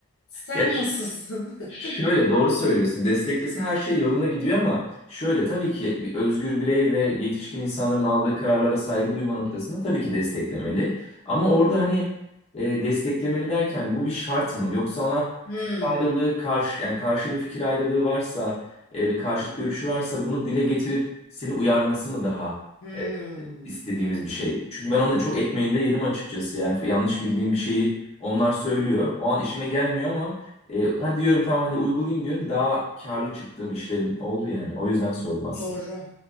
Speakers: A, on the left; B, on the left.
A: Sen
B: ya
A: nasılsın?
B: Şöyle
A: <laughs>
B: doğru söylüyorsun. Desteklese her şey yolunda gidiyor ama şöyle tabii ki bir özgür birey ve yetişkin insanların aldığı kararlara saygı duyma noktasında tabii ki desteklemeli. Ama orada hani e, desteklemeli derken bu bir şart mı? Yoksa ona
A: Hmm,
B: fikir ayrılığı karşı yani karşı bir fikir ayrılığı varsa, e, bir karşıt görüşü varsa bunu dile getirip seni uyarması mı daha?
A: hmm.
B: e, istediğimiz bir şey. Çünkü ben onun çok ekmeğinde yedim açıkçası. Yani f- yanlış bildiğim bir şeyi onlar söylüyor. O an işime gelmiyor ama e, hadi diyorum tamam hadi uygulayayım diyorum. Daha karlı çıktığım işlerin oldu yani. O yüzden sordum aslında.
A: Doğru,